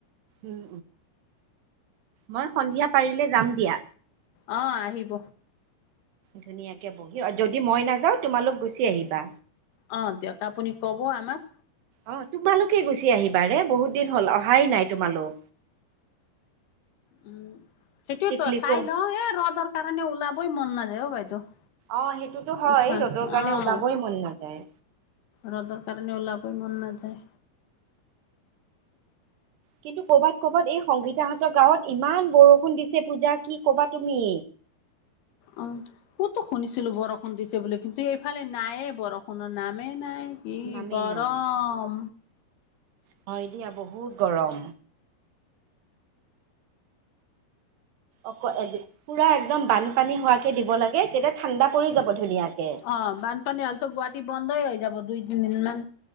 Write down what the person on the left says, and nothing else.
অ আহিব।
অ দিয়ক, আপুনি কব আমাক।
উম সেইটোয়তো
চাই লও এ ৰ'দৰ কাৰণে ওলাবই মন নাযায় অ বাইদেউ।
ইফাল
অ'
ৰ'দৰ কাৰণে ওলাবই মন নাযায়।
অ কতো শুনিছিলো বৰষুণ দিছে বুলি কিন্তু এইফালে নায়ে বৰষুণৰ নামেই নাই। কি
গৰম
অহ' বানপানী হ'লেতো গুৱাহাটী বন্ধই হৈ যাব, দুই তিনিদিন মান।।